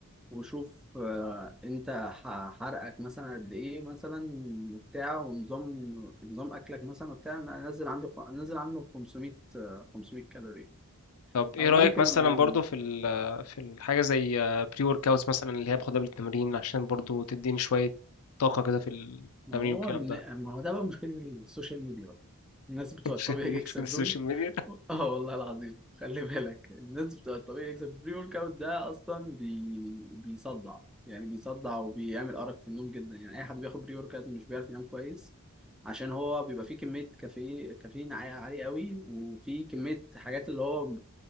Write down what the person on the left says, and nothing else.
طب ايه
رأيك
مثلا
برضو في ال- في الحاجة زي بري ورك اوتس مثلا اللي هي باخدها بالتمرين عشان برضو تديني شوية طاقة كده في التمرين
والكلام
ده
<laughs>
عشان مش
من السوشيال
ميديا